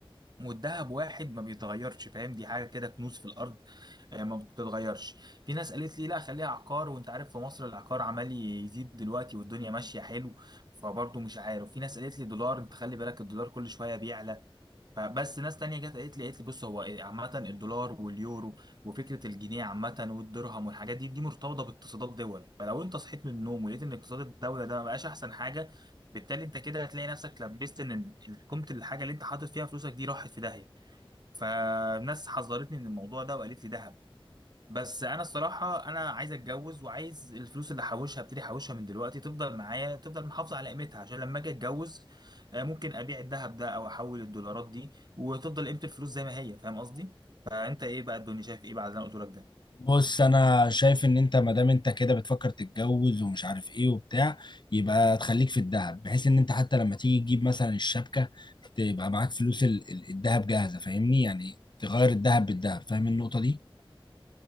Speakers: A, on the right; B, on the left.
A: والدهب واحد ما بيتغيرش فاهم دي حاجه كده كنوز في الارض آه، ما بتتغيرش في ناس قالت لي لا خليها عقار وانت عارف في مصر العقار عمال يزيد دلوقتي والدنيا ماشيه حلو فبرضه مش عارف في ناس قالت لي دولار انت خلي بالك الدولار كل شويه بيعلى فبس ناس تانية جت قالت لي قالت لي بص هو عامة الدولار واليورو وفكرة الجنيه عامة والدرهم والحاجات دي دي مرتبطة باقتصادات دول فلو انت صحيت من النوم ولقيت ان اقتصاد الدولة ده ما بقاش احسن حاجة بالتالي انت كده هتلاقي نفسك لبست ان ال- قيمة الحاجة اللي انت حاطط فيها فلوسك دي راحت في داهية فناس حذرتني من الموضوع ده وقالت لي دهب بس انا الصراحه انا عايز اتجوز وعايز الفلوس اللي احوشها ابتدي احوشها من دلوقتي تفضل معايا تفضل محافظه على قيمتها عشان لما اجي اتجوز آه، ممكن ابيع الذهب ده او احول الدولارات دي وتفضل قيمه الفلوس زي ما هي فاهم قصدي فانت ايه بقى الدنيا شايف ايه بعد اللي انا قلت لك ده
B: بص انا شايف ان انت ما دام انت كده بتفكر تتجوز ومش عارف ايه وبتاع يبقى تخليك في الذهب بحيث ان انت حتى لما تيجي تجيب مثلا الشبكه تبقى معاك فلوس ال- ال- الذهب جاهزه فاهمني يعني تغير الذهب بالذهب فاهم النقطه دي